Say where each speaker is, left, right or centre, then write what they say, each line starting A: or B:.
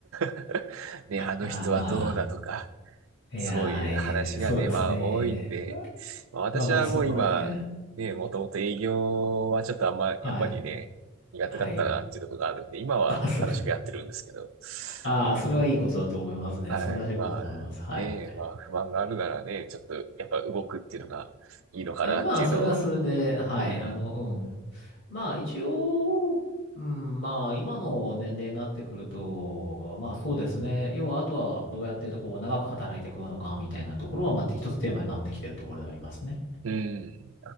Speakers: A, on the right; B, on the left.
A: <laughs> ね、あの人はどうだとか、
B: ああ、まあ、いやー、
A: そういう話がね、
B: えーそうですね。
A: まあ多いんで、まあ私はもう今、
B: まあまあ、そこら辺。
A: ね、もともと営業はちょっとあんま、
B: はい。
A: やっぱりね、苦手だったなっていうところがあるんで、
B: はい。
A: 今は楽しくやってるんですけど、
B: あ、そうああ、
A: うん。
B: それはいいことだと思いますね。
A: はい、
B: 素晴らしいことだと思います。
A: まあ、
B: はい。
A: ね、まあ不満があるならね、ちょっとやっぱ動くっていうのがいいのかなっていうのを、
B: あまあ、それはそれで、はい。
A: うん。
B: あの、うん。まあ一応、うん、まあ今の年齢になってくると、まあそうですね。要はあとはどうやってこう長く働いていくのかみたいなところは、まあ一つテーマになってきてるところでありますね。
A: うん。